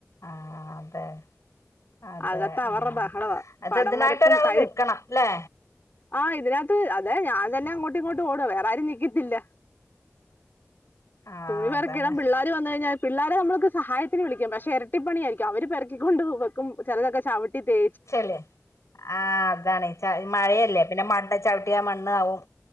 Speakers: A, on the left (about 80°); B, on the left (about 45°).
A: ആഹ് അതെ അതെ
B: അകത്തവർറെ
A: ആഹ്
B: ബഹളവാ
A: അത്
B: പടം
A: ഇതിനായിട്ട്
B: വരപ്പും
A: ഒരാള്
B: കഴിപ്
A: നിക്കണം ല്ലേ
B: ആഹ് ഇതിനകത്ത് അതെ ഞാൻ തന്നെ അങ്ങോട്ടും ഇങ്ങോട്ടും ഓടുവാ വേറെ ആരും നിഗ്ഗത്തില്ല
A: ആഹ്
B: തുണി പെറക്കിടാൻ
A: അതാണ്
B: പിള്ളേര് വന്ന് കഴിഞ്ഞാ പിള്ളേരെ നമ്മൾക്ക് സഹായത്തിന് വിളിക്കാം പക്ഷെ എരട്ടിപ്പണിയായിരിക്കും അവര് പെറക്കിക്കൊണ്ട് വെക്കും ചെലതെക്കെ ചവ്ട്ടി തേ
A: ച്ചെല്ലേ ആഹ് അതാണ് ച മഴയല്ലേ പിന്നെ മണ്ണ് ചവിട്ടിയാ മണ്ണ് ആവും